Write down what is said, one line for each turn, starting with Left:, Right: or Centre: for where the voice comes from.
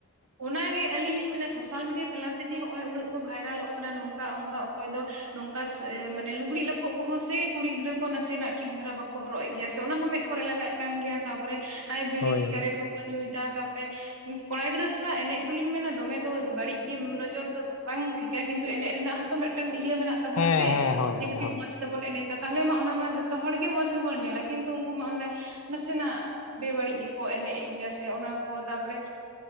Right: ᱚᱱᱟᱜᱮ ᱟᱹᱞᱤᱧ ᱞᱤᱧ ᱢᱮᱱᱟ ᱥᱳᱥᱟᱞ ᱢᱤᱰᱤᱭᱟᱹ ᱛᱟᱞᱟ ᱛᱮᱜᱮ ᱦᱚᱜᱼᱚᱭ ᱩᱱᱟᱹᱜ ᱠᱚ ᱵᱷᱟᱭᱨᱟᱞᱚᱜ ᱠᱟᱱᱟ ᱱᱚᱝᱠᱟ ᱚᱝᱠᱟ ᱚᱠᱚᱭ ᱫᱚ ᱱᱚᱝᱠᱟ ᱥᱮ ᱮ ᱢᱟᱱᱮ ᱞᱩᱜᱽᱲᱤᱡ ᱞᱟᱯᱚᱜ ᱠᱚᱦᱚᱸ ᱥᱮ ᱠᱩᱲᱤ ᱜᱤᱫᱽᱨᱟᱹ ᱠᱚ ᱱᱟᱥᱮ ᱱᱟᱜ ᱴᱷᱤᱠ ᱫᱷᱟᱨᱟ ᱵᱟᱠᱚ ᱦᱚᱨᱚᱜ ᱮᱜ ᱜᱮᱭᱟ ᱥᱮ ᱚᱱᱟ ᱦᱚᱸ ᱢᱮᱜ ᱠᱚᱨᱮ ᱞᱟᱜᱟᱜ ᱠᱟᱱ ᱜᱮᱭᱟ ᱛᱟᱯᱚᱨᱮ ᱦᱟᱭ ᱵᱤᱲᱤ
Left: ᱦᱳᱭ
Right: ᱥᱤᱠᱟᱨᱮᱴ
Left: ᱦᱳᱭ᱾
Right: ᱠᱚᱠᱚ ᱧᱩᱭ ᱫᱟ ᱛᱟᱯᱚᱨᱮ ᱩᱸ ᱠᱚᱲᱟ ᱜᱤᱫᱽᱨᱟᱹ ᱥᱮ ᱡᱟᱜ ᱮᱱᱮᱡ ᱫᱩᱞᱤᱧ ᱢᱮᱱᱟ ᱫᱚᱢᱮ ᱫᱚ ᱵᱟᱹᱲᱤᱡ ᱜᱮᱢ ᱱᱚᱡᱚᱨ ᱫᱚ ᱵᱟᱝ ᱴᱷᱤᱠᱟ ᱠᱤᱱᱛᱩ ᱮᱱᱮᱡ ᱨᱮᱱᱟᱜ ᱦᱚᱸᱛᱚ ᱢᱮᱜ ᱴᱮᱱ ᱤᱭᱟᱹ ᱢᱮᱱᱟᱜ ᱛᱟᱵᱚᱱᱟ
Left: ᱦᱮᱸ
Right: ᱥᱮ᱾
Left: ᱦᱮᱸ ᱦᱳᱭ
Right: ᱡᱮ
Left: ᱦᱳᱭ
Right: ᱠᱟᱹᱴᱤᱜ
Left: ᱦᱳᱭ᱾
Right: ᱢᱚᱸᱥ ᱛᱮᱵᱚᱱ ᱮᱱᱮᱪᱟ ᱛᱟᱦᱚᱞᱮ ᱢᱟ ᱚᱱᱟ ᱢᱟ ᱡᱷᱚᱛᱚ ᱦᱚᱲ ᱜᱮ ᱢᱚᱸᱡᱽ ᱜᱮᱵᱚᱱ ᱧᱮᱞᱟ ᱠᱤᱱᱛᱩ ᱩᱱᱠᱩ ᱢᱟ ᱚᱱᱮ᱾ ᱱᱟᱥᱤᱱᱟᱜ ᱵᱮᱼᱵᱟᱹᱲᱤᱡ ᱜᱮᱠᱚ ᱮᱱᱮᱡ ᱮᱜ ᱜᱮᱭᱟ ᱥᱮ ᱚᱱᱟ ᱠᱚ, ᱛᱟᱯᱚᱨᱮ